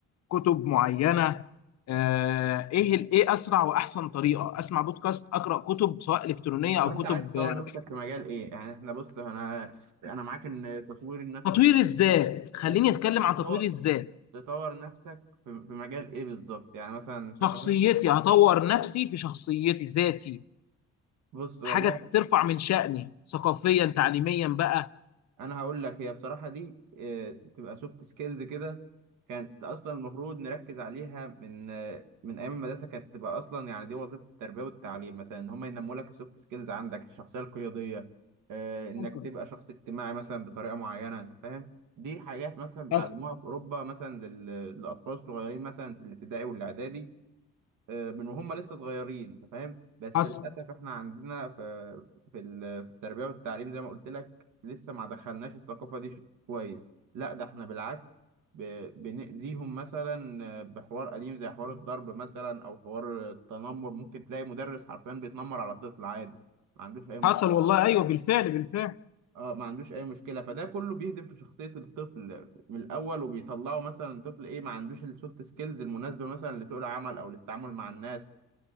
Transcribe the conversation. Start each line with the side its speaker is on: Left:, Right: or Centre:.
Left: كتب معينه آه، ايه ال- ايه اسرع واحسن طريقه اسمع بودكاست اقرا كتب سواء الكترونيه او
Right: وانت
Left: كتب
Right: عايز تطور
Left: آه،
Right: نفسك في مجال ايه يعني احنا بص انا انا معاك ان تطوير النفس
Left: تطوير
Right: مهم
Left: الذات خليني
Right: بس تطور
Left: اتكلم عن تطوير الذات
Right: تطور نفسك في في مجال ايه بالظبط يعني مثلا انت
Left: شخصيتي
Right: فاهم
Left: هطور نفسي في شخصيتي ذاتي
Right: بص والله
Left: حاجه ترفع من شأني ثقافيا تعليميا بقى
Right: انا هقول لك هي بصراحه دي آه، تبقى سوفت سكيلز كده كانت اصلا المفروض نركز عليها من آه، من ايام المدرسه كانت تبقى اصلا يعني دي وظيفه التربيه والتعليم مثلا ان هم ينموا لك السوفت سكيلز عندك الشخصيه القياديه آه، انك
Left: حصل
Right: تبقى شخص اجتماعي مثلا بطريقه معينه انت فاهم دي حاجات مثلا بيتعلموها
Left: حصل
Right: في اوروبا مثلا لل- للاطفال الصغيرين مثلا في الابتدائي والاعدادي آه، من وهم لسه صغيرين انت فاهم بس
Left: حصل
Right: للاسف احنا عندنا في في ال- في التربيه والتعليم زي ما قلت لك لسه ما دخلناش الثقافه دي ش- كويس لا ده احنا بالعكس ب- بنأذيهم مثلا آه، بحوار قديم زي حوار الضرب مثلا او حوار التنمر ممكن تلاقي مدرس حرفيا بيتنمر على طفل عادي ما عندوش اي مشكله
Left: حصل والله ايوه بالفعل بالفعل
Right: اه ما عندوش اي مشكله فده كله بيهدم في شخصيه الطفل من الاول وبيطلعه مثلا طفل ايه ما عندوش السوفت سكيلز المناسبه مثلا لسوق العمل او للتعامل مع الناس